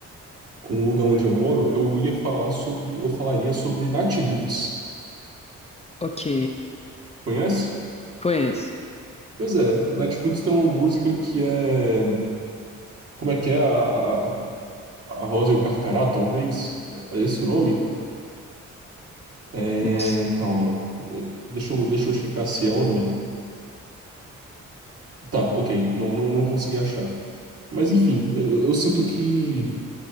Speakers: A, on the right; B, on the left.
A: com o lugar onde eu moro, eu ia falar sobre, eu falaria sobre Nath Roots.
B: Ok.
A: Conhece?
B: Conheço.
A: Pois é, Nath Roots tem uma música que é, como é que é? A, a, a Rosa e o Carcará, talvez? É é esse o nome? É,
B: Nossa. O
A: calma. É, Deixa eu, deixa eu checar se é ou não. Tá, ok, não, não, não consegui achar. Mas enfim, eu, eu sinto que